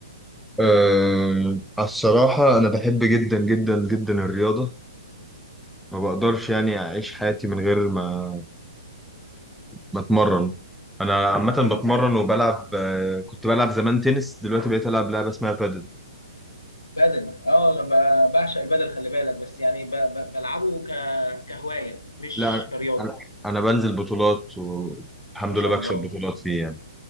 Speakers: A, in the centre; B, on the left.
A: أه على الصراحة أنا بحب جدا جدا جدا الرياضة ما بقدرش يعني أعيش حياتي من غير ما ما أتمرن أنا عامة
B: حلو
A: بتمرن وبلعب أه كنت بلعب زمان تنس دلوقتي بقيت ألعب لعبة اسمها بادل
B: بدل اه انا ب- بعشق البدل خلي بالك بس يعني ب- ب- بلعبه ك- كهوايه مش
A: لا
B: كرياضه
A: أنا أنا بنزل بطولات والحمد
B: ما شاء
A: لله
B: الله
A: بكسب بطولات فيه يعني